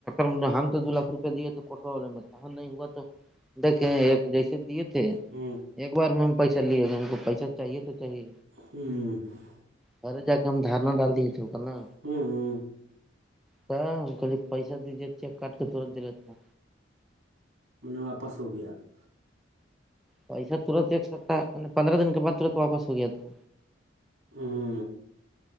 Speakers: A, in the centre; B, on the right.
A: م ہم تو دو ل روپ دے تو کوٹوا میںا نہیں ہوا تو دیکھے ایک جیسے دیے تھے <unintelligible>
B: ہوں <unintelligible>
A: ایک بار میں ہم پیسہ لیے گا ہم کو پیسہ چاہیے تو چاہے
B: ہوں <unintelligible>
A: پرے جا کے ہم دارنا ڈال دیے تھو کر نا
B: ہوں ہ <unintelligible>
A: کیا ہم کلی پیسہ د دے چیک کاٹ کے تورت دل ن
B: م واپاس ہو گیا <unintelligible>
A: پیسہ ترنت دیک سکتا ہے میں نے پندرہ دن کے بعد ترت واپس ہو گیا تھا
B: ہ <inaudible>